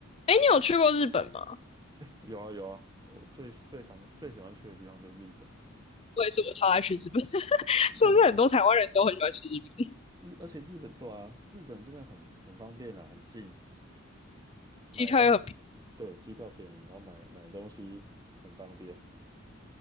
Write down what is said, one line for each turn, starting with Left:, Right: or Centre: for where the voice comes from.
Left: 哎，你有去过日本吗？
Right: 有啊有啊，我最最常最喜欢去的地方就是日本。
Left: 我也是，我超爱去日本，<laughs>
Right: 日本
Left: 是不是很多台湾人都很喜欢去日本？
Right: 日，而且日本对啊，日本真的很很方便啊，很近，买东西，
Left: 机票又很便
Right: 对，机票便宜，然后买买东西很方便。